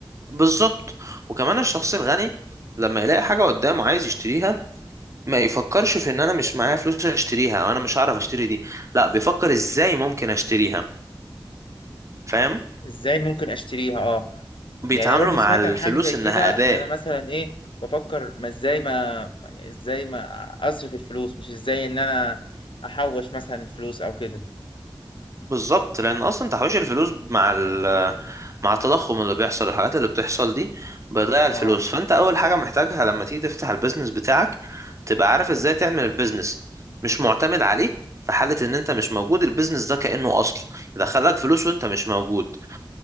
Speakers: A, on the right; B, on the left.
A: بالظبط وكمان الشخص الغني لما يلاقي حاجة قدامه عايز يشتريها ما يفكرش في ان انا مش معايا فلوس اشتريها او انا مش هعرف اشتري دي لا بيفكر ازاي ممكن اشتريها فاهم
B: ازاي ممكن اشتريها اه
A: بيتعاملوا
B: يعني انا برضو
A: مع
B: سمعت
A: الفلوس
B: عن حاجه زي
A: انها
B: كده
A: أداة
B: ان انا مثلا ايه بفكر ما ازاي ما ازاي ما اصرف الفلوس مش ازاي ان انا احوش مثلا الفلوس او كده
A: بالظبط لان اصلا تحويش الفلوس مع ال مع التضخم اللي بيحصل الحاجات اللي بتحصل دي بتضيع الفلوس
B: اه
A: فانت اول حاجه محتاجها لما تيجي تفتح البيزنس بتاعك تبقى عارف ازاي تعمل البيزنس مش معتمد عليك في حاله ان انت مش موجود البيزنس ده كانه اصل يدخلك فلوس وانت مش موجود